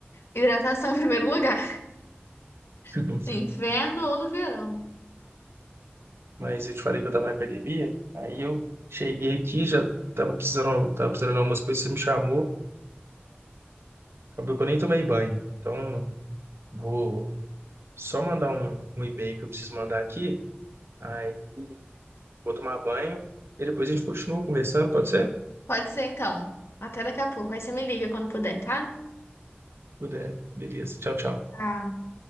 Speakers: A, on the left; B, on the right.
A: Hidratação em primeiro lugar.
B: <laughs>
A: <laughs> inverno ou no verão.
B: Mas eu te falei que eu tava na academia, aí eu cheguei aqui, já tava precisando, tava precisando de algumas coisas, você me chamou, acabou que eu nem tomei banho. Então, vou só mandar um, um e-mail que eu preciso mandar aqui, aí vou tomar banho e depois a gente continua conversando, pode ser?
A: Pode ser então. Até daqui a pouco. Aí você me liga quando puder, tá?
B: Puder. Beleza, tchau, tchau.
A: Tá.